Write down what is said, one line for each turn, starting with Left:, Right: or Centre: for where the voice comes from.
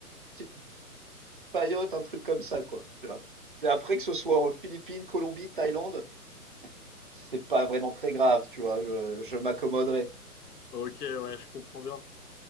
Right: petite paillote, un truc comme ça quoi. Tu vois. C'est après que ce soit en Philippines, Colombie, Thaïlande. c'est pas vraiment très grave, tu vois, je, je m'accommoderai.
Left: Ok, ouais, je comprends bien.